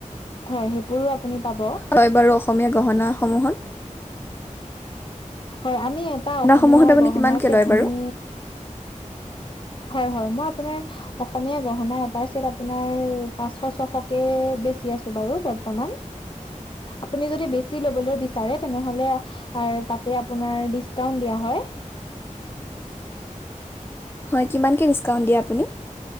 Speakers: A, on the left (about 40°); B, on the left (about 15°).
A: হয় সেইবোৰো আপুনি পাব
B: হয় বাৰু অসমীয়া গহনাসমূহত
A: হয় আমি এটা
B: গহনাসমূহত
A: অসমীয়া
B: আপুনি
A: গহনাৰ
B: কিমানকৈ
A: চেট
B: লয় বাৰু
A: আমি হয় হয় মই আপোনাৰ অসমীয়া গহনা এটাৰ চেট আপোনাৰ পাঁচশ ছশকে বেছি আছো বাৰু বৰ্তমান। আপুনি যদি বেছি ল'বলৈ বিচাৰে তেনেহ'লে এ তাতে আপোনাৰ দিছকাউন্ট দিয়া হয়।
B: হয় কিমানকৈ ডিছকাউণ্ট দিয়ে আপুনি?